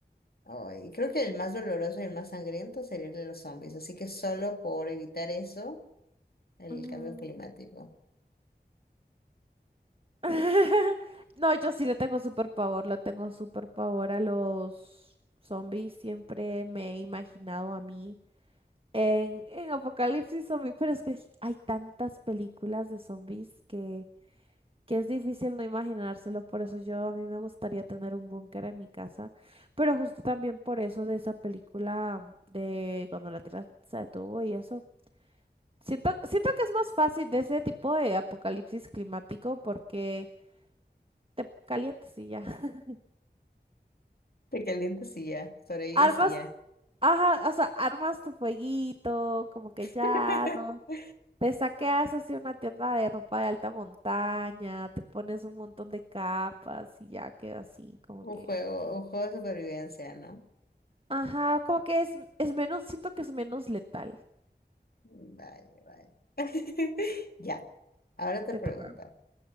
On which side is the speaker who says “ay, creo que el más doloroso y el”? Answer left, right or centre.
Left